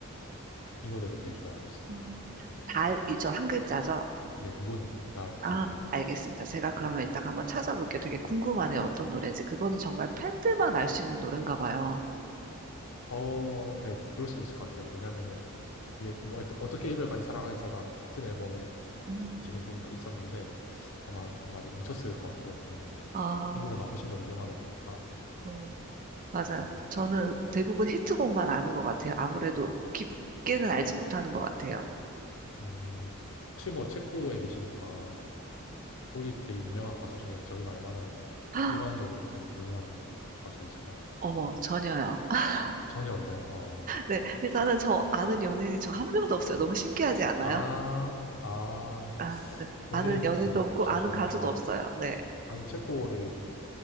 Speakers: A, on the left (about 65°); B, on the right (about 40°).
A: 이 노래도 되게 좋아하고 있습니다.
B: 음, 달이죠. 한 글자죠.
A: 네, 문, 달,
B: 아,
A: 네.
B: 알겠습니다. 제가 그러면 이따가 한번 찾아볼게요. 되게 궁금하네요. 어떤 노래인지. 그거는 정말 팬들만 알 수 있는 노래인가 봐요.
A: 어, 네, 그럴 수도 있을 것 같아요. 왜냐면은 이게 뭐 어떠- 어떻게 이별까지 사랑해서랑 같은 앨범에
B: 음.
A: 지금 보니까 있었는데 아마 좀 많이 묻혔을 것 같아요. 좀
B: 아,
A: 이 노래가 훨씬 더 유명하다 보니까.
B: 어, 맞아요.
A: 네.
B: 저는 대부분 히트곡만 아는 것 같아요. 아무래도 깊게는 알지 못하는 것 같아요.
A: 음, 네. 혹시 뭐 체코에 계시니까 거기 되게 유명한 가수 중에 저희가 알만한
B: 헉,
A: 일반적으로 좀 유명한 가수 있을까요?
B: 어머, 전혀요. <laughs>
A: 전혀 없나요? 어.
B: 네, 일단은 저 아는 연예인이 저 한 명도 없어요. 너무 신기하지 않아요?
A: 아, 아,
B: 아, 네. 아는
A: 연예인이
B: 연예인도 없고
A: 없으시군.
B: 아는 가수도
A: 아,
B: 없어요. 네.
A: 아니, 체코어를